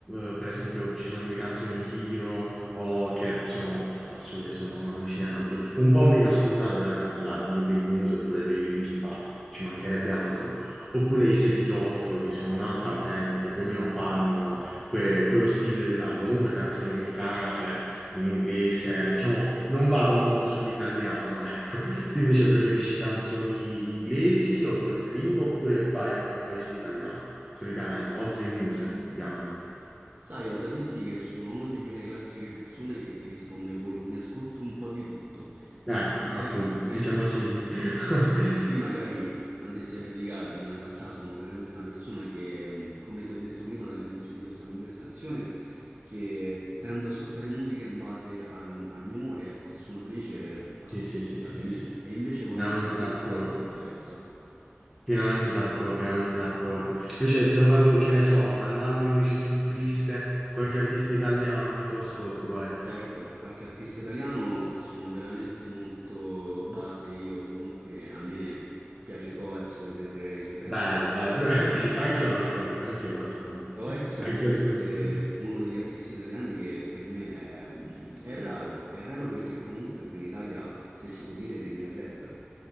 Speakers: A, in the centre; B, on the right (about 45°).
A: eh, per esempio, ci sono delle canzoni Hero o- che sono assurde, sono allucinanti, un po' meno ascoltate ovviamente dalla- di- dei Muse oppure dei Linkin Park, ci mancherebbe altro, oppure i Set It Off, che sono un'altra band che più o meno fanno que- quello stile là, comunque canzoni americane, cioè in inglese, diciamo, non vado molto sull'italiano, <laughs> ecco. Tu invece preferisci canzoni inglesi o di altre lingue oppure vai, vai sull'italiano? solitamente, oltre i Muse, ovviamente.
B: Sai, ho da dirti che sono una di quelle classiche persone che ti risponde col mi ascolto un po' di tutto e
A: Ecco,
B: qui magari,
A: appunto, quindi
B: <laughs>
A: siamo simili. <laughs>
B: e qui e qui magari andresti a giudicarmi, ma in realtà sono veramente una persona che, mh, come ti ho detto prima dall'inizio di questa conversazione, che tendo ad ascoltare musica in base al, al mio umore, ecco, se sono felice ascolto
A: Sì, sì,
B: musica
A: sì, sì,
B: felice
A: sì,
B: e invece quando
A: pienamente
B: sono triste
A: d'accordo,
B: viceversa.
A: pienamente d'accordo, pienamente d'accordo. Invece, tornando, che ne so, andando invece sul triste, qualche artista italiano che tu ascolti, qual è?
B: Certo, qualche artista italiano sono veramente molto base io, comunque a me piace Coez per i suoi pezzi.
A: Bello,
B: che
A: bello,
B: fa.
A: <laughs> però- anch'io l'ascolto, anch'io l'ascolto,
B: Coez è
A: anch'io
B: veramente
A: ascolto.
B: uno degli artisti italiani che per me è, mm, è raro, è raro perché comunque qui in Italia, se si può dire, regna il rap.